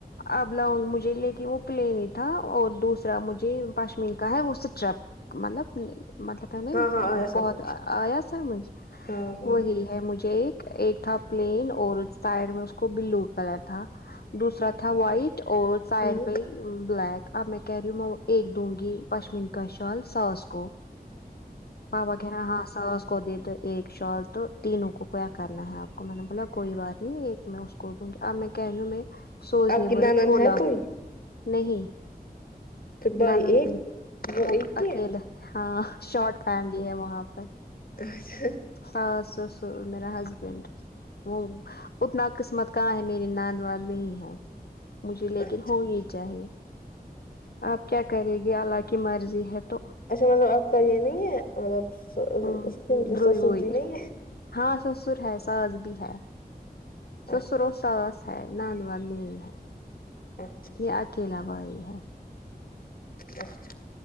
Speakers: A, on the left; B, on the left.
A: اب لاؤگ مجھے لیکن وہ پلین ہی تھا اور دوسرا مجھے پشمین کا ہے وہ اسٹرپ مطلب مطلب ہے نے
B: ہاں ہاں آیا سمجھ
A: بہت آیا سمجھ
B: ہاں ہاں
A: وہی مجھے ایک ایک تھا پلین اور سائڈ میں اس کو بلو کلر تھا دوسرا ت ھا وائٹ اور سا
B: ہ
A: ئیڈ پے بلیک اب میں کہر ہی ہوں میں وہ ایک د ونگی پشمین کاشال ساس کو پاپا کہہ رہے ہیں ہاں ساس کو دیدے ایک شال تو تینوں کو کیا کرنا ہے آپ کو میں نے بولا کوئی بات نہیں ایک میں اس کو دوں گی آپ میں کہہ نا میں سوزنے
B: آپ کی
A: ورک
B: نانند
A: فھولا
B: ہے کوئی
A: نہیں
B: پھر بھائی
A: نند
B: ایک
A: وہ
B: ایک ہی
A: اکیلا
B: ہے
A: ہاں شارٹ فیملی ہے وہاں پر
B: اچھا
A: ساس سسر میرا ہسبینڈ وہ اتنا قسمت کہاں ہے م میری نند وند نہیں ہے مجھے لیکن
B: اچھا
A: ہونی چاہیے آپ کیا کرے گی اللہ کی مرضی ہے تو
B: اچھا مطلب آپ کا یہ نہیں ہے مطلب
A: ہمم
B: اس
A: دروئی
B: سسرجی
A: وہی
B: نہیں ہے
A: ہاں سسر ہے ساس بھی ہے سسر
B: اچھا
A: اور ساس ہے نند وند نہیں ہے
B: اچھا
A: یہ اکیلا بھائی ہے
B: اچھا